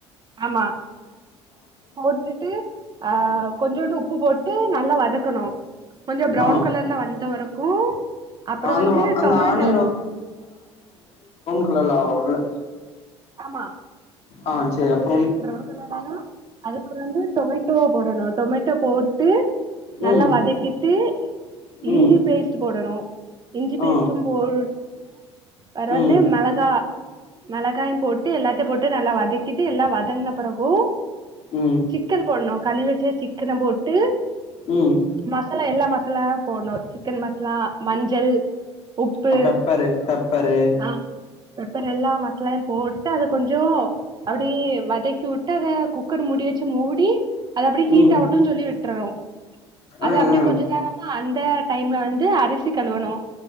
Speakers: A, on the right (about 30°); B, on the left (about 45°).
A: ஆமா போட்டுட்டு அஹ கொஞ்சோண்டு உப்பு போட்டு நல்லா வதக்கணும் கொஞ்சம் ப்ரௌன்
B: ஆ
A: கலர்ல வந்த வரைக்கும் அப்புறம்
B: அந்த
A: வந்து
B: அந்த
A: டொமேட்டோ
B: ஆனியன் இல்ல இல்லா ஒன்னும் இல்ல
A: ஆமா
B: ஆஹ் சரி அப்ப
A: பிரவுன் கலர் ஆனா அதுப்புறம் வந்து டொமேட்டோவ போடணும் டொமேட்டோ போட்டு நல்லா
B: ம்
A: வதக்கிட்டு இஞ்சி
B: ம்
A: பேஸ்ட் போடணும் இஞ்சி
B: ஆ
A: பேச்டும் போல் பறம்
B: ம்
A: வந்து மிளகாய் மிளகாயும் போட்டு எல்லாத்தையும் போட்டு நல்லா வதக்கிட்டு எல்லாம் வத என்ன அப் <unintelligible> பிறகு
B: ம்
A: சிக்கன் போடணும் களுவி வச்ச இக்கனை போட்டு
B: ம்
A: மசாலா எல்லாம் எல்லாம் போனோர் சிக்கன் மசாலா மஞ்சள் உப்பு
B: ஆ பெப்பரு பெப்பரு
A: ஆ பெப்பர் எல்லா மசாலையு போட்டு அத கொஞ்சொ அப்டி வ இக்கு விட்டார குக்கர் முடியச்ச ச்சுமூடி அது அப்படி ஹீட்
B: ம்
A: ஆகட்டும்ன்னனு சொல்லி விட்டுறோம் அது
B: ஆ
A: அப்படிய
B: ஆ
A: கொஞ்சம் நேரமா அந்த டைம்ல வந்து அரிசி கழுவணு